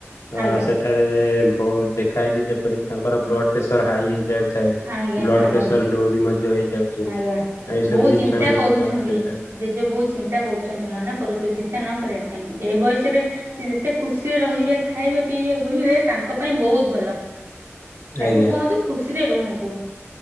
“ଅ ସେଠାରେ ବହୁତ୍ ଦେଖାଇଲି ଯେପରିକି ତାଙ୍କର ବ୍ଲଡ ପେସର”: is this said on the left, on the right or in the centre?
Left